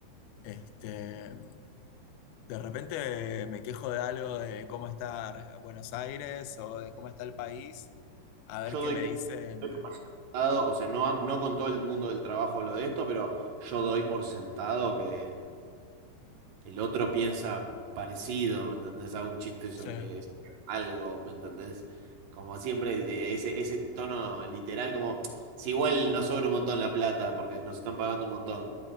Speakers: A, on the left (about 80°); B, on the right (about 60°).
A: Este, de repente me quejo de algo de cómo está Buenos Aires o de cómo está el país. A ver
B: Yo
A: qué
B: doy
A: me dicen.
B: doy por sentado, o sea, no, no con todo el mundo del trabajo hablo de esto, pero yo doy por sentado que El otro piensa parecido, ¿me entendés? Hago un chiste sobre
A: Sí.
B: algo, ¿me entendés? Como siempre, de- ese, ese tono literal, como si igual no sobra un montón la plata porque nos están pagando un montón.